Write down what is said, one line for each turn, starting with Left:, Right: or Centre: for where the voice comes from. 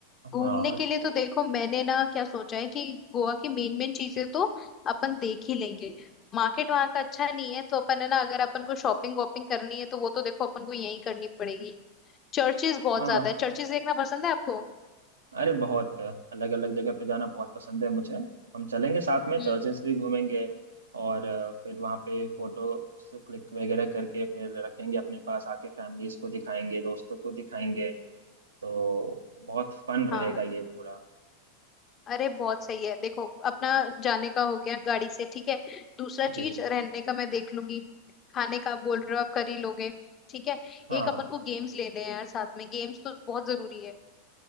Left: घूमने
Right: हाँ
Left: के
Right: तो
Left: लिए तो देखो मैंने ना क्या सोचा है कि गोवा की मेन मेन चीजें तो अपन देख ही लेंगे मार्केट वहाँ का अच्छा नहीं है तो अपन है ना अगर अपन को शॉपिंग वॉपिंग करनी है तो वो तो देखो अपन को यहीं करनी पड़ेगी चर्चेज बहुत
Right: हाँ
Left: ज्यादा है चर्चेज देखना पसंद है आपको
Right: अरे बहुत अलग अलग जगह पे जाना बहुत पसंद है मुझे हम चलेंगे साथ में
Left: हम्म
Right: चर्चेस भी घूमेंगे और अ, फिर वहाँ पे फोटो क्लिक वगैरह करके फिर रखेंगे अपने पास आके फैमिलीज को दिखाएंगे दोस्तों को दिखाएंगे तो बहुत फन रहेगा
Left: हाँ
Right: ये पूरा
Left: अरे बहुत सही है देखो अपना जाने का हो गया गाड़ी से ठीक है दूसरा
Right: जी
Left: चीज रहने का मैं देख लूंगी खाने का आप बोल रहे हो आप कर ही लोगे ठीक है
Right: हाँ
Left: एक अपन को गेम्स लेने हैं यार साथ में गेम्स तो बहुत जरूरी है